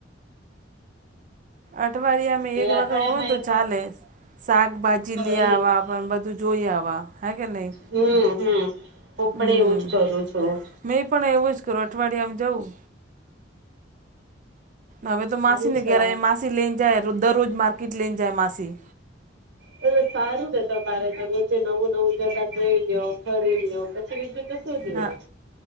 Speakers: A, on the right; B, on the right.
A: અઠવાડિયા મે
B: એ
A: એક
B: અઠવાડિયામાં
A: વખત હોય ને તો
B: એક
A: ચાલે
B: હા
A: શાકભાજી લે
B: એ
A: વાવા પણ બધું જોયાવા હે કે નહી
B: હમ હમ હું પણ
A: હમ
B: એવું જ કરું છું
A: મે પણ એવું જ કરો અઠવાડિયામાં જાઉં હવે તો
B: સારું
A: માસી ને
B: છે
A: ઘેરાય માસી લઈને જાય દરરોજ માર કટલે જાઈ માસી
B: હ સારું જ તો બારે તો રોચે નવું નવું જગા જોઈલો ફરી લ્યો પછી બીજું તો શું જોયા
A: હ